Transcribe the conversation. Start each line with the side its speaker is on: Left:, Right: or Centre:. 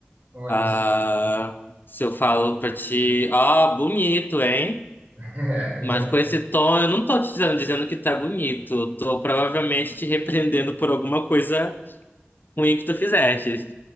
Right: Olha
Left: Ah,
Right: só.
Left: se eu falo pra ti, ó, bonito, hein?
Right: <laughs> É, então,
Left: Mas com esse tom, eu não tô te dizendo, dizendo que tá bonito. Eu Tô provavelmente te repreendendo por alguma coisa ruim que tu fizeste.